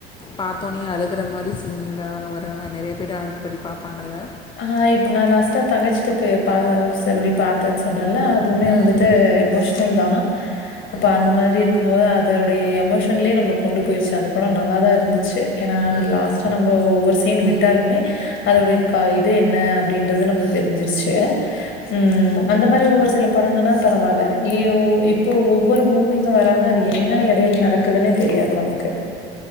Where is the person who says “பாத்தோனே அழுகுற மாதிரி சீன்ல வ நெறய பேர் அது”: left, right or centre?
Left